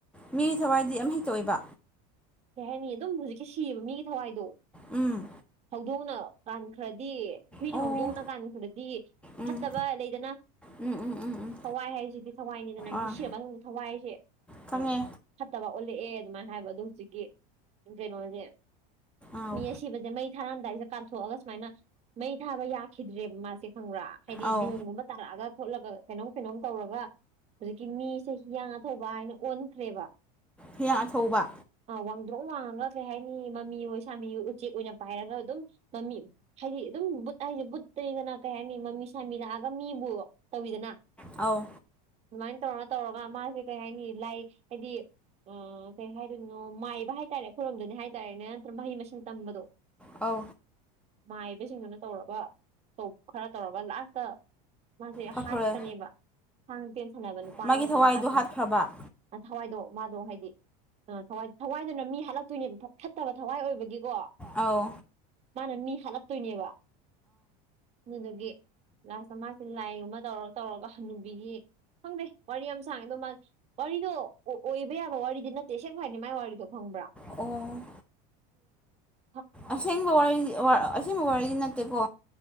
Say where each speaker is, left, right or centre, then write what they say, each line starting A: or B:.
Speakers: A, in the centre; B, on the right.
A: ꯃꯤꯒꯤ ꯊꯋꯥꯏꯗꯤ ꯑꯃꯍꯦꯛꯇ ꯑꯣꯏꯕ
B: ꯀꯩ ꯍꯥꯏꯅꯤ ꯑꯗꯨꯝ ꯍꯧꯖꯤꯛꯀꯤ ꯁꯤꯌꯦꯕ ꯃꯤꯒꯤ ꯊꯋꯥꯏꯗꯣ
A: ꯎꯝ
B: ꯍꯧꯗꯣꯡꯅ ꯀꯥꯟꯈ꯭ꯔꯗꯤ ꯍꯨꯏꯅ
A: ꯑꯣ
B: ꯍꯧꯗꯣꯡꯅ ꯀꯥꯟꯈ꯭ꯔꯗꯤ
A: ꯎꯝ
B: ꯐꯠꯇꯕ ꯂꯩꯗꯅ
A: ꯎꯝ ꯎꯝ ꯎꯝ ꯎꯝ
B: ꯊꯋꯥꯏ ꯍꯥꯏꯁꯤꯗꯤ ꯊꯋꯥꯏꯅꯤꯗꯅ
A: ꯑꯥ
B: ꯃꯤꯁꯤ ꯑꯃꯛ ꯊꯋꯥꯏ ꯍꯥꯏꯁꯦ
A: ꯈꯪꯉꯦ
B: ꯑ ꯐꯠꯇꯕ ꯑꯣꯜꯂꯛꯑꯦ ꯑꯗꯨꯃꯥꯏꯅ ꯍꯥꯏꯕ ꯑꯗꯣ ꯍꯧꯖꯤꯛꯀꯤ ꯀꯩꯅꯣꯁꯦ
A: ꯑꯥꯎ
B: ꯃꯤ ꯑꯁꯤꯕꯁꯦ ꯃꯩ ꯊꯥꯔꯝꯗꯥꯏꯁꯦ ꯀꯥꯟꯊꯣꯛꯑꯒ ꯁꯨꯃꯥꯏꯅ ꯃꯩ ꯊꯥꯕ ꯌꯥꯈꯤꯗ꯭ꯔꯦꯕ ꯃꯥꯁꯦ ꯈꯪꯕ꯭ꯔꯥ ꯍꯥꯏꯗꯤ
A: ꯑꯥꯎ
B: ꯅꯣꯡꯒꯨꯝꯕ ꯇꯥꯔꯛꯑꯒ ꯈꯣꯠꯂꯒ ꯀꯩꯅꯣꯝ ꯀꯩꯅꯣꯝ ꯇꯧꯔꯒ ꯍꯧꯖꯤꯛꯀꯤ ꯃꯤꯁꯦ ꯍꯤꯌꯥꯡ ꯑꯊꯧꯕ ꯍꯥꯏꯅ ꯑꯣꯟꯈ꯭ꯔꯦꯕ
A: ꯍꯦꯛ ꯑꯆꯧꯕ
B: ꯑꯥ ꯋꯥꯡꯗ꯭ꯔꯣꯡ ꯋꯥꯡꯉꯒ ꯀꯩ ꯍꯥꯏꯅꯤ ꯃꯃꯤ ꯑꯣꯏꯣ ꯁꯥꯃꯤꯣ ꯎꯆꯦꯛ ꯑꯣꯏꯅ ꯄꯥꯏꯔꯒ ꯑꯗꯨꯝ ꯃꯃꯤ ꯍꯥꯏꯗꯤ ꯑꯗꯨꯝ ꯎꯝ ꯕꯨꯠ ꯍꯥꯏꯁꯦ ꯕꯨꯠꯇꯅꯤꯗꯅ ꯀꯩ ꯍꯥꯏꯅꯤ ꯃꯃꯤ ꯁꯥꯃꯤ ꯂꯥꯛꯑꯒ ꯃꯤꯕꯨ ꯇꯧꯋꯤꯗꯅ
A: ꯑꯧ
B: ꯑꯗꯨꯃꯥꯏꯅ ꯇꯧꯔ ꯇꯧꯔꯒ ꯃꯥꯁꯦ ꯀꯩ ꯍꯥꯏꯅꯤ ꯂꯥꯏ ꯍꯥꯏꯗꯤ ꯑ ꯀꯩ ꯍꯥꯏꯗꯣꯏꯅꯣ ꯃꯥꯏꯕ ꯍꯥꯏꯇꯥꯔꯦ ꯑꯩꯣꯏꯔꯣꯝꯗꯨꯅꯤ ꯍꯥꯏ ꯇꯔꯦꯅꯦ ꯅꯠꯇ꯭ꯔꯒ ꯃꯍꯩ ꯃꯁꯤꯡ ꯇꯝꯕꯗꯣ
A: ꯑ
B: ꯃꯥꯏꯕꯁꯤꯡꯗꯨꯅ ꯇꯧꯔꯒ ꯈꯔ ꯇꯧꯔꯒ ꯂꯥꯁꯇ ꯃꯥꯁꯦ
A: ꯍꯥꯠꯈ꯭ꯔꯦ
B: ꯍꯥꯄꯅꯦꯕ ꯍꯥꯡ ꯇꯦꯟ ꯁꯥꯟꯅꯕ ꯅꯨꯄꯥ
A: ꯃꯥꯒꯤ
B: ꯑꯃꯅ
A: ꯊꯋꯥꯏꯗꯣ
B: ꯇꯧꯔꯣ ꯍꯥꯠꯇꯅꯤ
A: ꯍꯥꯠꯈ꯭ꯔꯕ
B: ꯊꯋꯥꯏꯗꯣ ꯃꯥꯗꯣ ꯍꯥꯏꯗꯤ ꯊꯋꯥꯏ ꯊꯋꯥꯏꯗꯨꯅ ꯃꯤ ꯍꯥꯜꯂꯛꯇꯣꯏꯅꯦꯕ ꯐꯠꯇꯕ ꯊꯋꯥꯏ ꯑꯣꯏꯕꯒꯤꯀꯣ
A: ꯑꯥꯎ
B: ꯃꯥꯅ ꯃꯤ ꯍꯥꯠꯂꯛꯇꯣꯏꯅꯦꯕ ꯑꯗꯨꯗꯒꯤ ꯂꯥꯁꯇ ꯃꯥꯁꯦ ꯂꯥꯏꯒꯨꯝꯕ ꯇꯧꯔ ꯇꯧꯔꯒ ꯍꯅꯨꯕꯤꯒꯤ ꯈꯪꯗꯦ ꯋꯥꯔꯤ ꯌꯥꯝ ꯁꯥꯡꯉꯦ ꯑꯗꯣ ꯃꯥ ꯋꯥꯔꯤꯗꯣ ꯑꯣꯏꯕ ꯌꯥꯕ ꯋꯥꯔꯤꯗꯤ ꯅꯠꯇꯦ ꯁꯦꯡꯅ ꯍꯥꯏꯅꯤ ꯃꯥꯏ ꯋꯥꯔꯤꯗꯣ ꯈꯪꯕ꯭ꯔꯥ
A: ꯑꯣ
B: ꯍꯝꯝ
A: ꯑꯁꯦꯡꯕ ꯋꯥꯔꯤꯗꯤ ꯑꯁꯦꯡꯕ ꯋꯥꯔꯤꯗꯤ ꯅꯠꯇꯦꯀꯣ